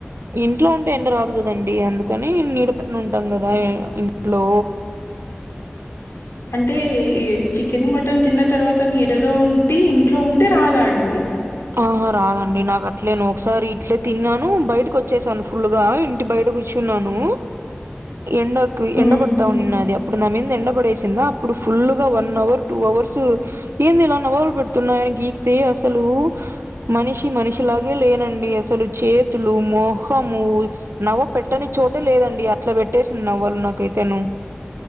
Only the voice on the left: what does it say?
అంటే ఈ చికెన్ మటన్ తిన్న తర్వాత నీడలో ఉంటి ఇంట్లో ఉంటే రాదా అండి
హ్మ్.